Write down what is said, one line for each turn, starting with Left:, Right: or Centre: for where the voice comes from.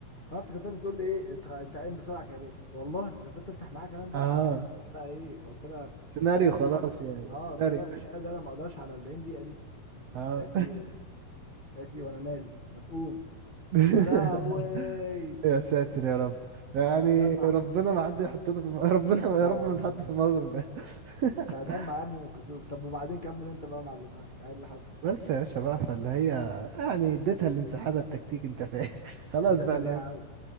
Left: فانا افتكرتها بتقول لي ايه انت انت قايم بسرعه كده ليه والله افتكرتها بتفتح معايا كلام بقى
Right: اه
Left: وجه في دماغي بقى ايه فقلت لها
Right: سيناريو
Left: لما انا
Right: خلاص
Left: الصراحه
Right: يعني
Left: اه
Right: السيناريو
Left: قلت لها مش قادر انا ما اقدرش على 40 دقيقه دي
Right: اه
Left: قالت لي قالت لي وانا مالي ما تقوم
Right: <laughs>
Left: يا لهوي
Right: يا ساتر يا رب
Left: كنت
Right: يعني
Left: هدمع
Right: ربنا ما حد يحطنا في الم... <laughs> ربنا
Left: اه
Right: يا رب
Left: والله
Right: ما نتحط في الموقف ده
Left: كنت
Right: <laughs>
Left: هدمع يا ابني من الكسوف طب وبعدين كمل انت بقى يا معلم معاك ايه اللي حصل
Right: بس يا باشا بقى فاللي هي يعني اديتها الانسحاب التكتيكي انت فاهم <laughs> خلاص
Left: بس ده
Right: بقى
Left: سريع
Right: اللي هو
Left: قوي